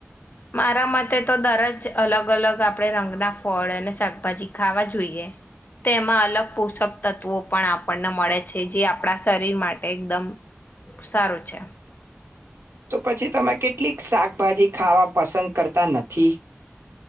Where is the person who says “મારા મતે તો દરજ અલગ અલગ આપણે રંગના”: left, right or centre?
Left